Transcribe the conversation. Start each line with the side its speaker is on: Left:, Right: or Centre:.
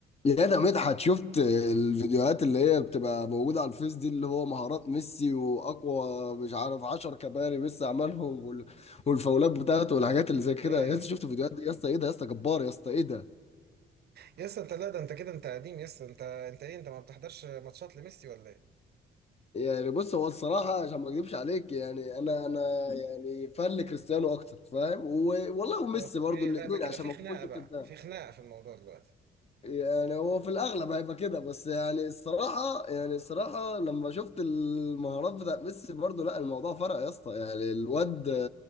Left: يا ده مدحت شفت الفيديوهات اللي هي بتبقى موجودة على الفيس دي اللي هو مهارات ميسي وأقوى مش عارف 10 كباري ميسي عملهم وال- والفاولات بتاعته والحاجات اللي زي كده
Right: ايه
Left: يا اسطى شفت الفيديوهات دي يا اسطى إيه ده يا اسطى جبار يا اسطى إيه ده
Right: يس انت لا ده انت كده انت قديم يس انت انت ايه انت ما بتحضرش ماتشات لميسي ولا ايه؟
Left: يعني بص هو الصراحة عشان ما أكذبش عليك يعني أنا أنا يعني فان لكريستيانو أكتر فاهم و- والله وميسي
Right: اوكي
Left: برضو الاتنين
Right: لا ده كده
Left: عشان
Right: في
Left: ما
Right: خناقه
Left: أكونش
Right: بقى
Left: كده
Right: في خناقه في الموضوع دلوقتي
Left: يعني هو في الاغلب هيبقى كده بس يعني الصراحه يعني الصراحه لما شفت المهارات بتاعت ميسي برضو لا الموضوع فرق يا اسطى يعني الواد